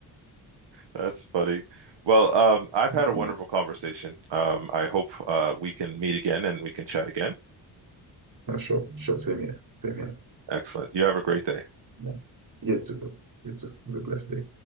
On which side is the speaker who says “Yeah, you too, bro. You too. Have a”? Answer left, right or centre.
Right